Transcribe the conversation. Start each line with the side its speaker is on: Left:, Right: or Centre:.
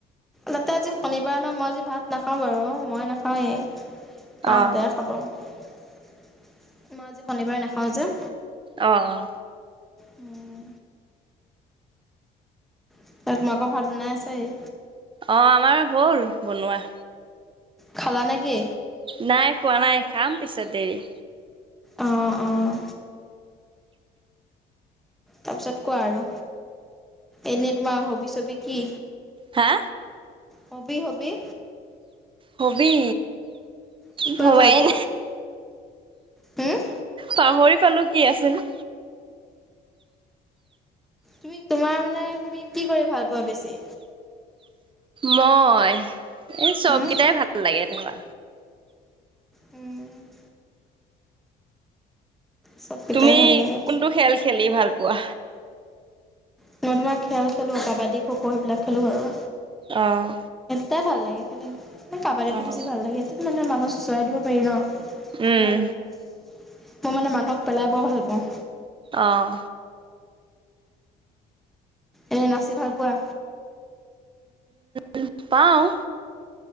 Centre: তাতে আজি শনিবাৰ ন মই আজি ভাত নাখাওঁ বাৰু মই নাখাওঁৱেই। মাহঁতে
Right: অ'।
Centre: খাব। মই আজি শনিবাৰে নাখাও যে
Right: অহ অহ
Centre: উম ত তোমাকৰ ভাত বনাই আছেই
Right: অ আমাৰ হ'ল বনোৱা।
Centre: খালা নেকি?
Right: নাই খোৱা নাই খাম পিছত দেৰি,
Centre: অঁ অঁ তাৰপিছত কোৱা আৰু এনেই তোমাৰ হবি ছবি কি?
Right: হা?
Centre: Hobby hobby?
Right: হবি
Centre: কি
Right: ভোবাইল
Centre: কৰি ভাল পোৱা হুম
Right: পাহৰি পালো কি আছিল।
Centre: তুমি তোমাৰ মানে তুমি কি কৰি ভাল পোৱা বেছি?
Right: মই এই চব
Centre: উম
Right: কেইটাই ভাল লাগে ধৰা।
Centre: উম চবকেইটাই
Right: তুমি
Centre: ভাল লাগে
Right: কোনটো খেল খেলি ভাল- পোৱা?
Centre: মই তোমাৰ খেল খেলোঁ কাবাডী খ খ' সেইবিলাক খেলোঁ বাৰু।
Right: অহ
Centre: টাই ভাল লাগে খালি। কাবাডীটো
Right: অহ
Centre: বেছি ভাল লাগেই। মে মানুহ চোচৰাই দিব পাৰি ন?
Right: উম
Centre: ভাল লাগে। মই মানে মানুহক পেলাই বৰ ভাল পাওঁ।
Right: অহ।
Centre: এনে নাচি ভাল পোৱা।
Right: উম পাওঁ।